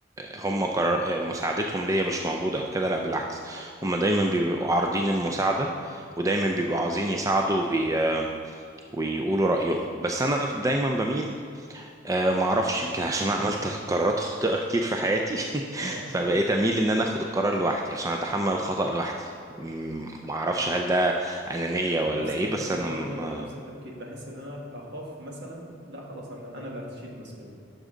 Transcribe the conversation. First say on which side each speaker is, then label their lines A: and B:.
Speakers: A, on the right; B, on the right.
A: هم قرار... آه، مساعدتهم ليا مش موجودة أو كده لا بالعكس هم دايما بيبقوا عارضين المساعدة ودايما بيبقوا عاوزين يساعدوا وي... آه، ويقولوا رأيهم بس أنا دايما بميل أه معرفش يمكن عشان أنا عملت قرارات خاطئة كتير في حياتي <laughs>
B: اه
A: فبقيت
B: <laughs>
A: أميل إن أنا أخد القرار لوحدي عشان أتحمل الخطأ لوحدي مم، معرفش هل ده أنانية ولا
B: نفس
A: إيه
B: التفكير
A: بس أنا
B: برضو
A: م- آه،
B: انا نفس التفكير بحس ان انا اخاف مثلا لا خلاص انا انا اللي هتشيل المسؤوليه